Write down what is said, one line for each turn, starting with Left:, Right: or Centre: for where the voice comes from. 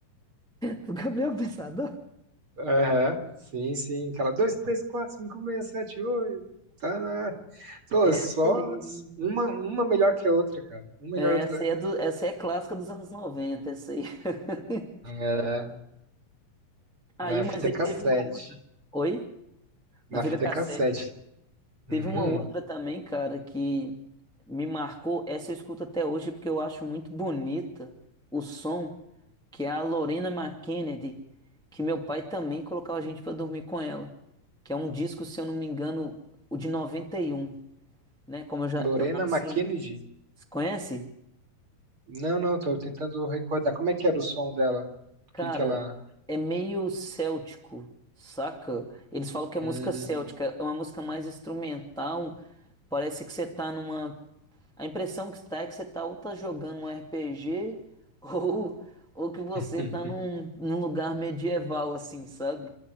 Centre: <laughs> Do Gabriel Pensador?
Right: Aham, sim, sim. Aquela dois três quatro cinco seis sete oito Tá, né? Pô,
Centre: Essa
Right: só
Centre: aí.
Right: uma, uma melhor que a outra, cara. Uma melhor
Centre: É,
Right: que
Centre: Essa
Right: a outra.
Centre: aí é, do, essa aí é clássica dos anos 90, essa aí. <laughs>
Right: É,
Centre: Aí,
Right: na
Centre: mas
Right: fita
Centre: ele
Right: cassete.
Centre: teve uma outra. Oi? Na
Right: Na
Centre: fita
Right: fita
Centre: cassete.
Right: cassete.
Centre: Teve
Right: Uhum.
Centre: uma outra também, cara, que me marcou. Essa eu escuto até hoje porque eu acho muito bonita o som, que é a Lorena McKennedy, que meu pai também colocava a gente pra dormir com ela. Que é um disco, se eu não me engano, o de noventa e um né? Como eu já
Right: Lorena
Centre: eu nasci.
Right: McKennedy?
Centre: Conhece?
Right: Não, não, tô tentando recordar. Como é que era o som dela?
Centre: Cara,
Right: O que que ela.
Centre: é meio céltico, saca? Eles falam que
Right: Hum.
Centre: é música céltica, é uma música mais instrumental. Parece que você tá numa A impressão que está é que você tá ou tá jogando um RPG <laughs> ou, ou que você
Right: <laughs>
Centre: tá num, num lugar medieval, assim, sabe?